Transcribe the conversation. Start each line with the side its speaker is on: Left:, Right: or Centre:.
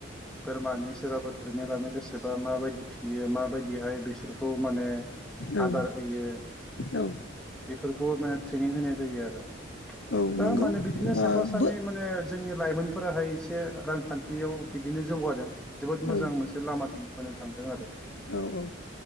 Centre: बोरमानि सोरबाफोर ट्रेनिं लानो गोसोबा माबायदि फियो माबायदि बिहाय बिसोरखौ माने
Left: औ
Centre: आदार होयो
Left: औ
Centre: बेफ खौ माने ट्रेनिं होनाय जायो आरो
Left: औ
Centre: दा
Left: नंगौ
Centre: माने बिदिनो साफा
Left: ओ
Centre: सानै
Left: बो
Centre: माने जोंनि लाइमोनफोराहाय एसे रांखान्थियाव बिदिनो जौगादों जोबोद मोजां
Left: औ
Centre: मोनसे लामा मोनो थांदों आरो
Left: औ औ